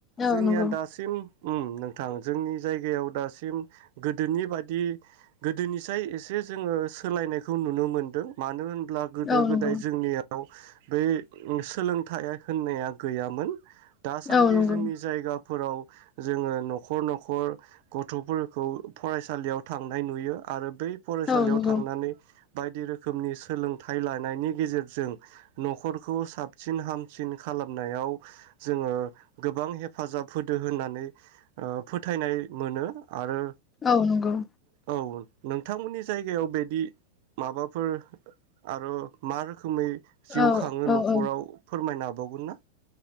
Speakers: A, on the left; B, on the right.
A: औ
B: जोंनिया
A: नंगौ
B: दासिम नोंथां जोंनि जायगायाव दासिम गोदोनि बादि गोदोनिसाय एसे जोङो सोलायनायखौ नुनो मोनदों मानो होनब्ला गोदो
A: औ
B: गोदाय
A: नंगौ
B: जोंनियाव बे सोलोंथाइ होननाया गैयामोन दासान्दि
A: औ नंगौ
B: जोंनि जायगा फोराव जोङो न'खर न'खर गथ'फोरखौ फरायसालियाव थांनाय नुयो आरो बै फरायसालियाव
A: औ नंगौ
B: थांनानै बायदि रोखोमनि सोलोंथाइ थाइ लानायनि गेजेरजों न'खरखौ साबसिन हामसिन खालामनायाव जोङो गोबां हेफाजाब होदो होननानै ओ फोथायनाय मोनो आरो
A: औ नंगौ
B: औ नोंथांमोननि जायगायाव बिदि माबाफोर आरो मार रोखोमै जिउ
A: औ
B: खाङो
A: औ
B: न'खराव
A: औ
B: फोरमायना बावगोनना